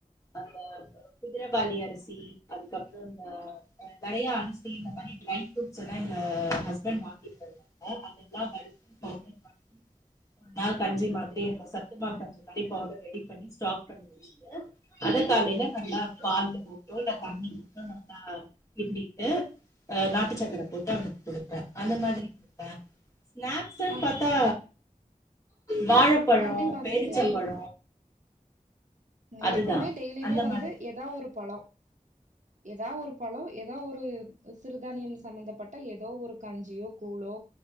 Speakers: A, on the left (about 20°); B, on the right (about 55°).
A: அந்த ஆ குதுரவாளி அரிசி அதுக்கப்றோ அந்த நெறைய அரிசி இந்த மாரி ட்ரை ஃப்ரூட்ஸ் எல்லா எங்க ஹஸ்பண்ட் வாங்கிட்டு வருவாங்க அதெல்லா வறுத்து பவுடர் பண்ணி ஒரு நாள் கஞ்சி மாதிரி அந்த சத்துமாவ் கஞ்சி மாரி பவுடர் ரெடி பண்ணி ஸ்டாக் பண்ணி வச்சிட்டு அத காலையில
B: அ
A: நல்லா பால்ல போட்டோ இல்ல தண்ணிவுட்டோ நல்லா கிண்டிட்டு ஆ நாட்டு சக்கரை போட்டு அவனுக் குடுப்பே அந்த மாதிரி குடுப்பே ஸ்நாக்ஸ்ஸுன்னு
B: அ
A: பாத்தா வாழப்பழோ
B: கண்டிப்பா
A: பேரிச்சம்பழோ
B: சிஸ்டர். நீ
A: அதுதா
B: எப்போமே டெய்லியுமே
A: அந்த
B: வந்து
A: மாதிரி
B: எதா ஒரு பழ எதா ஒரு பழ எ எதா ஒரு சிறுதானியம் சம்மந்தப்பட்ட எதோ ஒரு கஞ்சியோ கூழோ